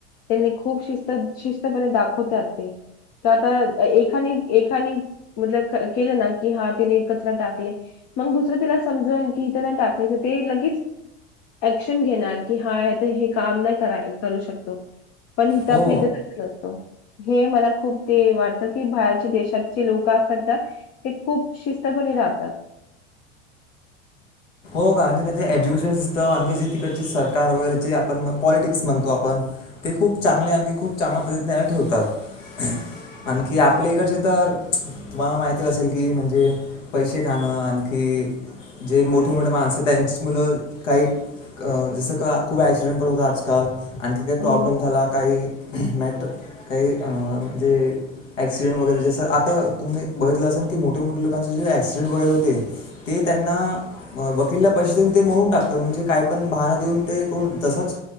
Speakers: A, on the left; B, on the left.
A: त्यानी खूप शिस्त शिस्तपणे दाखवतात ते कि आता एखा एखा म केलं ना की हा तिने कचरा टाकले मग दुसरं त्याला समजवान की त्यांना टाकायचं ते ल क्शन घेणार की हा तर हे काम नाही करू शकतो <unintelligible> पण हि तर
B: हो
A: आपली तरच हे मला खूप ते वाटत की बाहेरचे देशातचे लोक असतात ना ते खूप शिस्तपणे राहतात
B: कारी त्या एज्युकेशन सिस्टम आणखी जे तिकडचे सरकार वगैरे जे आपण पॉलिटिक्स म्हणतो आपण ते खूप चांगले आणखी खूप चांगल्या प्रतिज्ञ ठेवतात आणखी आपल्या इकडचे तर तुम्हाला माहीत असेल की म्हणजे पैसे खाणं आणखी जे मोठ मोठे मोठे माणसं त्यांचीच मुलं काही अ जसं का खूप ऍक्सिडेंट पण होत आजकाल आणखी काही प्रॉब्लेम
A: हो,
B: झाला
A: हो.
B: काही नाही तर काहीं म्हणजे ऍक्सिडेंट वगैरे जसं आता तुम्ही बघितलं असेल की मोठे मोठे लोकांचे जे ऍक्सिडेंट वगैरे होते ते त्यांना वकीलला पैसे देऊन ते मोडून टाकतात म्हणजे काही पण बहना देऊन ते तसाच